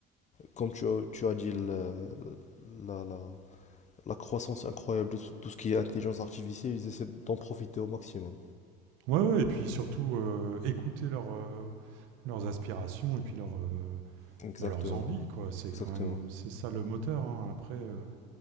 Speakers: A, on the left; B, on the right.
A: comme tu as, tu as dit, le- la, la, la croissance incroyable de tout tout ce qui est intelligence artificielle, ils essaient d'en profiter au maximum.
B: Ouais, ouais, et puis surtout, heu, écouter leurs, heu, leurs aspirations et puis leurs, heu,
A: Exactement,
B: bah, leurs envies, quoi. C'est
A: exactement.
B: quand même, c'est ça le moteur, hein. Après, heu,